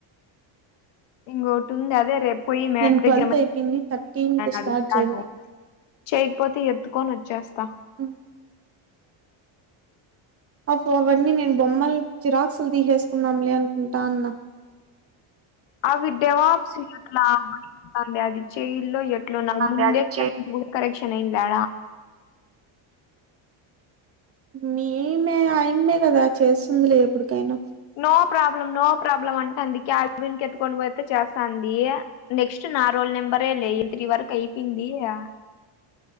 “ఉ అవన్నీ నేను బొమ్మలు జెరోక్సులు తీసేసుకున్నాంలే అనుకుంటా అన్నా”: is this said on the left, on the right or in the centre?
Right